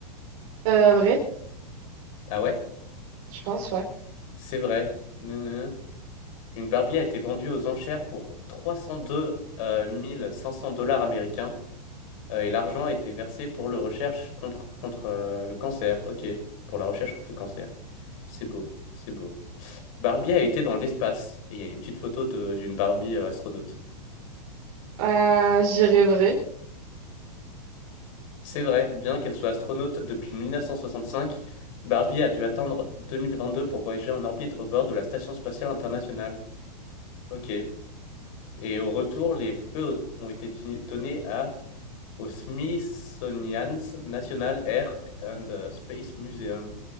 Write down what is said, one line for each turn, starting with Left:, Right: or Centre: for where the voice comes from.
Right: Euh, vrai,
Left: Ah ouais?
Right: je pense, ouais.
Left: C'est vrai. Non, non, non. Une Barbie a été vendue aux enchères pour 302 500 dollars américains euh, et l'argent a été versé pour le recherche contre, contre euh, le cancer. Ok, pour la recherche contre le cancer. C'est beau, c'est beau. Barbie a été dans l'espace. Il y a une petite photo de- d'une Barbie euh, astronaute.
Right: Euh, j'irais vrai.
Left: C'est vrai, bien qu'elle soit astronaute depuis 1965, Barbie a dû attendre 2022 pour voyager en orbite au bord de la Station spatiale internationale. Ok. Et au retour, les poupées ont été di- données à au Smithsonian's National Air and euh, Space Museum.